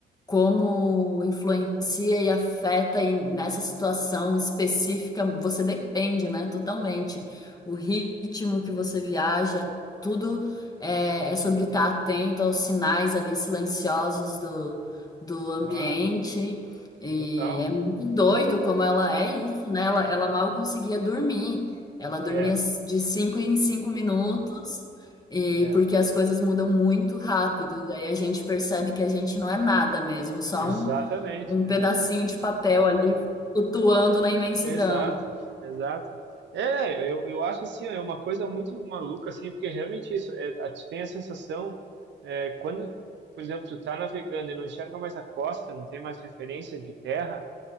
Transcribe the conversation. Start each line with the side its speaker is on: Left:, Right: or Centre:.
Left: como influencia e afeta e nessa situação específica, você depende, né, totalmente. O ritmo que você viaja, tudo é, é sobre estar atento aos sinais ali silenciosos do, do ambiente.
Right: claro,
Left: E
Right: total.
Left: é muito doido como ela é isso, né? Ela, ela mal conseguia dormir. Ela dormia
Right: É,
Left: de cinco em cinco minutos. E
Right: É,
Left: porque as coisas mudam muito rápido, e aí a gente percebe que a gente não é nada mesmo, só
Right: exatamente,
Left: um, um
Right: é,
Left: pedacinho
Right: é,
Left: de
Right: é.
Left: papel ali flutuando na imensidão.
Right: Exato, exato. É, eu, eu acho assim, ó, é uma coisa muito maluca, assim, porque é realmente isso, é, a- tu tem a sensação, é, quando, por exemplo, tu tá navegando e não enxerga mais a costa, não tem mais referência de terra,